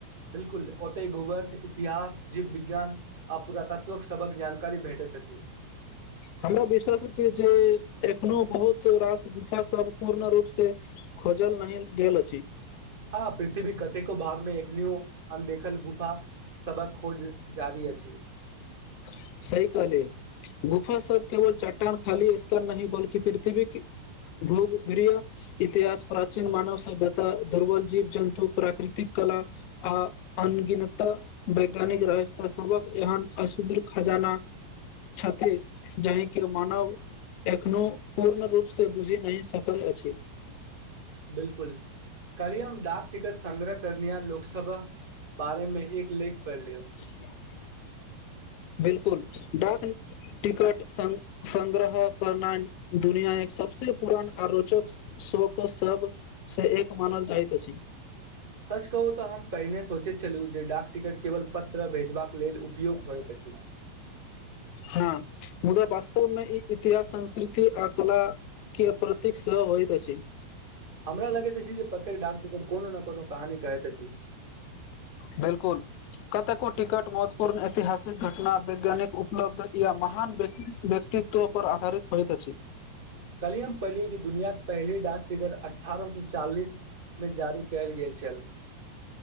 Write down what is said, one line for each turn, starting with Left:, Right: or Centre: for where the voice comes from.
Right: बिलकुल ओत गोवग इतिहास जीव विज्ञान पुरात्वक सबक जानकारी भेटैत अछि
Left: हमरा विश्वास छी जे एखनो बहुत रास गुफा सब पूर्ण रूप से जल नहि गेल
Right: हँ पृथ्वी कतेको भागमे एखनियो अनदेखल गुफा सबहक खोज जारी अछि
Left: सही कहली गुफा सब केवल चट्टान खाली स्तर नहि बल्कि पृथ्वी भोग व इतिहास प्राचीन मानव सभ्यता दुर्बल जीव जन्तु प्राकृतिक कला आ अनगिनत वैज्ञानिक रहस्य सबक एहन असद खजाना छथि जाहिके मानव एखनो पूर्ण रूप से बुझि नहि सकल अछि।
Right: बिलकुल करियियम डाक टिकट संग्रह करिया लोकसभा बारेमे एक लेख पढ़ लियौ
Left: <unintelligible> बिलकुल डाक टिकट संग्रह करना दुनिया एक सभसँ पुरान आ रोचक शोक सभसँ एक मानल जाइत अछि।
Right: सच कहू तऽ हम पहिने सोचैत छलहुँ जे डाक टिकट केवल पत्र भेजबाक लेल उपयोग होइत अछि।
Left: हँ मुदा वास्तवमे ई इतिहास संस्कृति आ कला के प्रतीक सेहो होइत अछि।
Right: हमरा लगैत जे प्रत्येक डाकटिकट कोनो ने कोनो कहानी कहैत अछि।
Left: बिलकुल कतेको टिकट महत्वपूर्ण ऐतिहासिक घटना वैज्ञानिक उपलब्ध या महान व्यक्तित्व ओपर आधारित होइत अछि।
Right: कलियम पहिलिय जे दुनिया के पहली डाक फिगर अठारह सो चालीस मे जारी कयल गेल उ चल